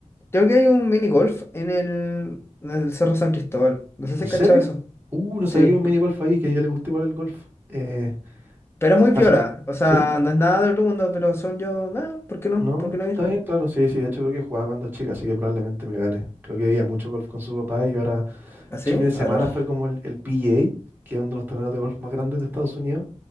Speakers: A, on the left; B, on the right.
A: creo que hay un mini golf en el, en el Cerro San Cristóbal. No sé
B: ¿En
A: si has
B: serio?
A: cachado eso.
B: Uh, no
A: Sí,
B: sabía que había un
A: p-
B: mini golf ahí, que a ella le gusta igual el golf. Eh,
A: pero es muy
B: pasa-
A: piola. O sea,
B: ¿Sí?
A: no es nada del otro mundo, pero son yo. nada, ¿por qué no?
B: ¿No?
A: ¿Por qué no
B: ¿Está
A: ir?
B: bien? Claro, sí, sí. De hecho, creo que jugaba cuando chica, así que probablemente me gane. Creo que veía mucho golf con su papá y ahora
A: ¿Así?
B: Yo el
A: ¿Ah,
B: fin de
A: sí?
B: semana
A: A los.
B: fue como el, el PGA, que es uno de los torneos de golf más grandes de Estados Unidos,